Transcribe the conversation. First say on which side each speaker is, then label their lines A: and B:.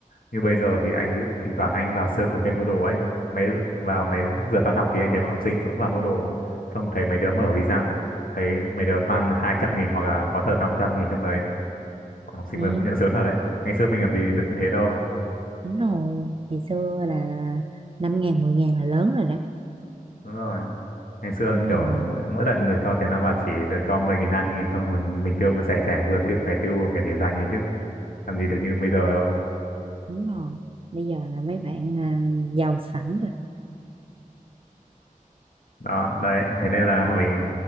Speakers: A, on the left; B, on the right.
A: như bây giờ thì anh ví dụ thỉnh thoảng anh vào sơ có cái mua đồ ấy mấy vào mấy lúc giờ tan học thì anh thấy bọn học sinh cũng vào mua đồ xong thấy mấy đứa mở vì sao thấy mấy đứa toàn 200 nghìn hoặc là có tờ 500 nghìn trong đấy bọn học sinh
B: Ừ.
A: mới cũng nhận sớm thật đấy ngày xưa mình làm gì được như thế đâu
B: đúng rồi ngày xưa là, là 5 ngàn 10 ngàn là lớn rồi đó
A: đúng rồi ngày xưa
B: đúng
A: kiểu
B: rồi
A: mỗi mỗi lần được cho tiền ăn vặt chỉ được cho mười nghìn hai mươi nghìn xong rồi mình, mình tiêu vừa rẻ rẻ vừa tiêu phải tiêu vừa phải để dành ấy chứ làm gì được như bây giờ đâu
B: đúng rồi bây giờ là mấy bạn à, giàu sẵn rồi
A: đó đấy thế nên là mình